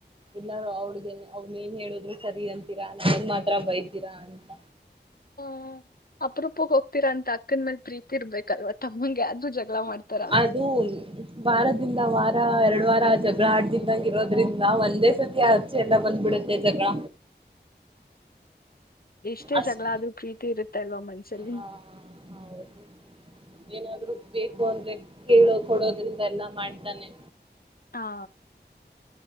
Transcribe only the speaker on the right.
ಎಲ್ಲರೂ ಅವ್ರಗ ಅವ್ನ ಏನ್ ಹೇಳುದ್ರು ಸರಿ ಅಂತೀರಾ ನಾನ್ ಮಾತ್ರ ಬೈತೀರಾ ಅಂತ
ಅದು ವಾರದಿಂದ ವಾರ ಎರಡ್ ವಾರ ಜಗಳ ಆಡ್್ದಿನದಂಗ ಇರೋದ್ರಿಂದ ಒಂದೇ ಸತಿ ಅಚ್ಚೆ ಎಲ್ಲ ಬಂದ್ಬಿಡುತ್ತೆ ಜಗಳ
ಅಷ್ಟ
ಹಾ ಹೌದು ಏನಾದ್ರು ಬೇಕು ಅಂದ್ರೆ ಕೇಳೋ ಕೊಡೋದ್ರಿಂದ ಎಲ್ಲಾ ಮಾಡ್ತಾನೆ